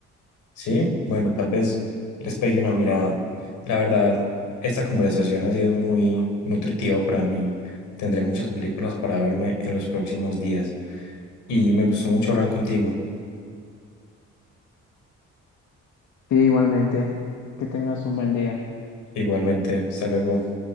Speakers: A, on the left; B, on the left.
A: Sí, bueno, tal vez les pegue una mirada. La verdad, esta conversación ha sido muy nutritiva para mí. Tendré muchas películas para verme en los próximos días y me gustó mucho hablar contigo.
B: Sí, igualmente. Que tengas un buen día.
A: Igualmente, hasta luego.